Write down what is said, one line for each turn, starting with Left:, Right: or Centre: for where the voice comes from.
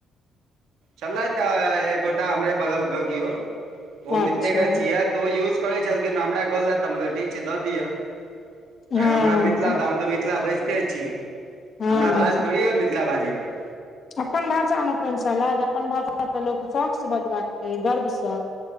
Right: छलैथ तऽ एकगोटा हमरे बगलके किओ ओ मिथिले
Left: अच्छा
Right: के छियह त ओ यूज करै छलखिन हमरा कहलेथ ठीक छै द दिअ
Left: हँ
Right: एयमे हमरा मिथिला तऽ हम तऽ मिथिला बाजिते छी
Left: हँ
Right: हमरा लाज थोड़ी होयया मिथिला बाजयमे
Left: अपन भाषामे कोन सलाह अपन भाषा तऽ लोक शौकसँ बजबाक चाही गर्वसँ